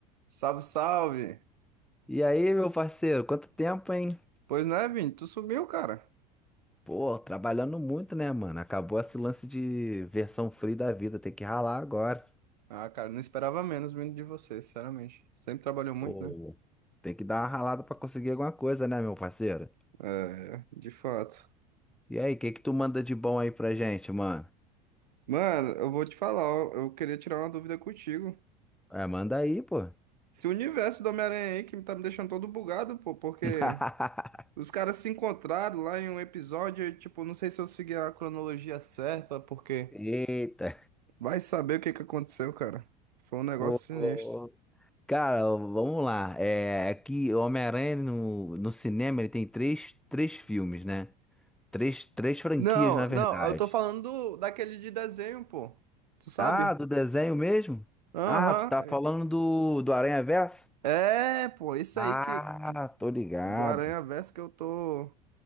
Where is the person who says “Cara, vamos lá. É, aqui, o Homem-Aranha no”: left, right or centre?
Centre